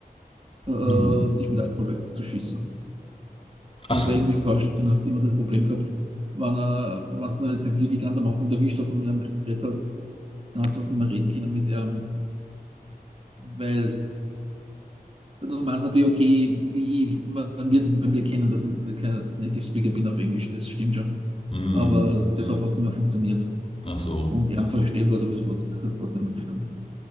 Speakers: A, on the right; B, on the left.
A: äh,
B: Hm.
A: sich mit Alkohol wegzuschießen.
B: Ach
A: Also
B: so.
A: bei irgendwelchen Veranstaltungen hast du immer das Problem gehabt, wenn, äh, wenn du jetzt wirklich ganz am Anfang erwischt hast und mit einem Gerät hast, da hast du was nicht mehr reden können mit, ähm, weil es- du meinst natürlich, okay, ich, man wird bei mir kennen, dass ich nicht kein Native Speaker bin auf Englisch, das stimmt schon.
B: Hm.
A: Aber das hat fast nicht mehr funktioniert.
B: Ach so.
A: Und er verstehen war sowieso fast, fast nicht möglich damit.